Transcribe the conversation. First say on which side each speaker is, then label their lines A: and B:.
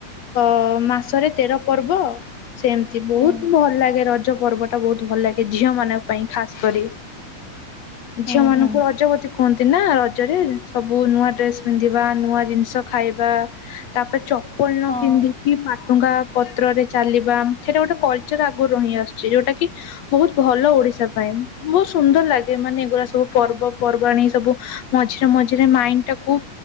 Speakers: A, on the left; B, on the left.
A: ଅଁ ମାସରେ ତେର ପର୍ବ ସେମିତି ବହୁତ୍
B: ହୁଁ
A: ଭଲ ଲାଗେ ରଜ ପର୍ବ। ବହୁତ୍ ଭଲ ଲାଗେ ଝିଅ ମାନଙ୍କ ପାଇଁ ଖାସ୍ କରି
B: ହୁଁ
A: ଝିଅ ମାନଙ୍କୁ
B: ହୁଁ
A: ରଜବତି କୁହନ୍ତି ନା ରଜରେ ସବୁ ନୂଆ ଡ୍ରେସ୍ ପିନ୍ଧିବା, ନୂଆ ଜିନିଷ ଖାଇବା ତାପରେ ଚପଲ୍ ନ
B: ହଁ
A: ପିନ୍ଧି କି ପାଟୁଙ୍ଗା ପତ୍ରରେ ଚାଲିବା ସେଟା ଗୋଟେ କଲଚର ଆଗରୁ ରହି ଆସୁଛି ଯୋଉଟା କି ବହୁତ୍ ଭଲ ଓଡିଶା ପାଇଁ ବହୁତ୍ ସୁନ୍ଦର ଲାଗେ ମାନେ ଏଗୁରା ସବୁ ପର୍ବପର୍ବାଣୀ
B: ହଁ
A: ସବୁ ମଝିରେ ମଝିରେ ମାଇଣ୍ଡ୍ ଟାକୁ